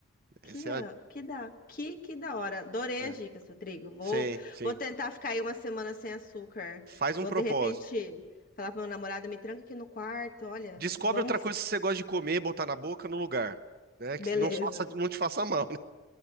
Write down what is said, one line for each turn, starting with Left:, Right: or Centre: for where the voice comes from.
Right: Essa
Left: Que da, que da, que, que da hora. Adorei
Right: é a...
Left: as
Right: é.
Left: dicas, Rodrigo. Vou,
Right: Sim, sim.
Left: vou tentar ficar aí uma semana sem açúcar.
Right: Faz um
Left: Vou,
Right: propósito.
Left: de repente, falar pro meu namorado, me tranca aqui no quarto. Olha,
Right: Descobre
Left: vamos.
Right: outra coisa que você gosta de comer, botar na boca, no lugar. Né? Que
Left: Beleza,
Right: não faça, não te faça mal, né?